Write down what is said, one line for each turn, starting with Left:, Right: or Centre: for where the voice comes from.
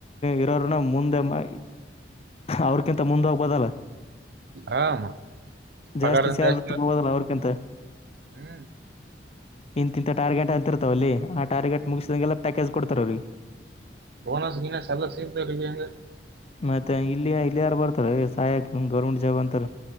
Left: ಇರೋರನ್ನ ಮುಂದೆ ಮಾ ಅವ್ರಕಿಂತ ಮುಂದೆ ಹೋಗ್ಬದಲ್ಲ
Right: ಆರಾಮ ಪಗಾರ
Left: ಜಾಸ್ತಿ ಸ್ಯಾಲರಿ
Right: ಇರುತ್ತೆ.
Left: ಹೋದಲ್ಲ ಅವ್ರಕಿಂತ
Right: ಹ್ಮ್
Left: ಇಂತಿಂಥ ಟಾರ್ಗೆಟ್ ಅಂತರ್ತವಲ್ಲಿ ಆ ಟಾರ್ಗೆಟ್ ಮುಗಿಸಿದಂಗೆಲ್ಲ ಪ್ಯಾಕೇಜ್ ಕೊಡ್ತಾರೆ ಅವ್ರಿಗೆ
Right: ಬೋನಸ್ ಗಿನಸ್ ಎಲ್ಲ ಸಿಗ್ಬೇಕ <unintelligible> ಹೆಗೆ
Left: ಮತ್ತೆ ಇಲ್ಲಿಯ ಇಲ್ಲಿ ಯಾರು ಬರ್ತಾರ ಸಾಯಕ ಗೌರ್ಮೆಂಟ್ ಜಾಬ್ ಅಂತಾರ